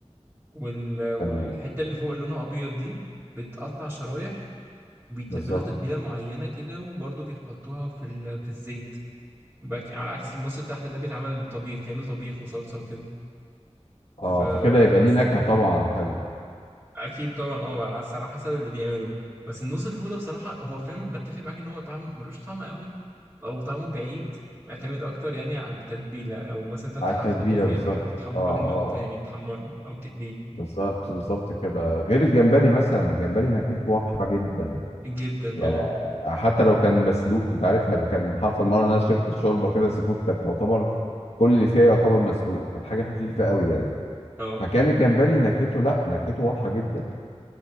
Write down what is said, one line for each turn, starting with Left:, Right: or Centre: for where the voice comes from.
Right: وال... والحته
Left: تمام
Right: اللي فوق اللي لونها ابيض دي بتقطع شرايح بيتبلوها
Left: بالظبط
Right: تتبيله معينه كده وبرضه بيحطوها في ال... في الزيت بك... على عكس النص اللي تحت ده بيتعمل طبيخ كانه طبيخ وصلصه وكده
Left: اه
Right: فبس
Left: فكده يبقى ليه نكهه طبعا حلوه
Right: اكيد طبعا اه على حس- على حسب اللي بيعمله بس النص الفوق ده بصراحه هو فاهم بتفق معاك ان هو طعم ملوش طعم قوي او طعمه بعيد يعتمد اكتر يعني على التتبيله او مثلا انت هتح-
Left: على التتبيله
Right: هتحطه في
Left: بالظبط
Right: ايه قبل ما تحم...
Left: اه
Right: قبل ما
Left: اه
Right: ت- يعني تحمره او تقليه
Left: بالظبط بالظبط كده غير الجمبري مثلا الجمبري نكهته واضحه جدا
Right: جدا
Left: يعني
Right: اه
Left: حتى لو كان مسلوق انت عارف يعني كان حصل مره ان انا شربت الشوربه كده سي فود كانت تعتبر كل اللي فيها يعتبر مسلوق كانت حاجه خفيفه قوي يعني
Right: اه
Left: فكان الجمبري نكهته لا نكهته واضحه جدا